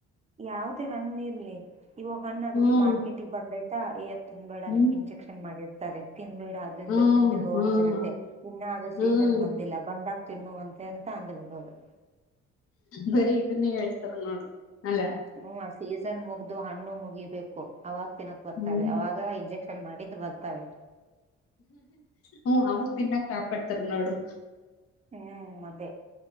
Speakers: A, on the right; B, on the left.
A: ಯಾವುದೇ ಹಣ್ಣಿರ್ಲಿ ಇವಾಗ ಹಣ್ಣ ಅದು
B: ಹ್ಮ್
A: ಮಾರ್ಕೆಟಿಗೆ ಬಂದೈತಿ ಹಾ ಇ ತಿನ್ಬೇಡ
B: ಹ್ಮ್
A: ಅದಕ್ಕೆ ಇಂಜೆಕ್ಷನ್ ಮಾಡಿರ್ತಾರೆ ತಿನ್ಬೇಡ ಅದ್ರಿಂದ
B: ಹ್ಮ್
A: ತಿಂದಿ ರೋಗ
B: ಹ್ಮ್
A: ಬರುತ್ತೆ ಇನ್ನ ಅದು ಸೀಸನ್
B: ಹ್ಮ್
A: ಬಂದಿಲ್ಲ ಬಂದಾಗ ತಿನ್ನುೂ ಅಂದನು ತಾಂದುು ಹೋಗದು
B: ಬರೀ ಇದನ್ನ ಹೇಳ್ತಾರ ನೋಡು ಅಲ್ಲ
A: ಹ್ಮ ಸೀಸನ್ ಮುಗ್ದು ಹಣ್ಣು ಮುಗಿ ಬೇಕು ಅವಾಗ ತಿನ್ನಕ್ ಬರ್ತರೆ
B: ಹ್ಮ್
A: ಅವಾಗ ಇಂಜೆಕ್ಷನ್ ಮಾಡಿದ್ದು ಬರ್ತವೆ
B: ಹ್ಮ ಅವಾಗ ತಿನ್ನಾಕ್ ಕಾಪಾಡ್ತಾರ ನೋಡು
A: ಹ್ಮ್ ಅದೇ